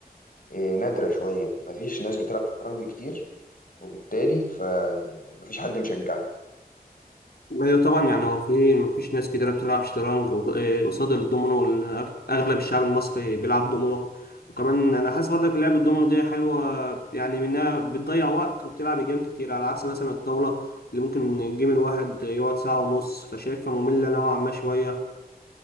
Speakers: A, on the left; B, on the left.
A: آه، نادرة شوية مفيش ناس بتلعب شطرنج كتير وبالتالي فمفيش حد مشجعك
B: ايوه طبعا يعني هو في مفيش ناس كتيرة بتلعب شطرنج و- إيه قصاد الدومينو لأن أك- اغلب الشعب المصري بيلعب دومينو وكمان انا حاسس برضك لعب الدومينو دي حلوة يعني منها بتضيع وقت وبتلعب جيم كتير على عكس مثلا الطاولة اللي ممكن الجيم الواحد يقعد ساعة ونص فشايفها مملة نوعا ما شوية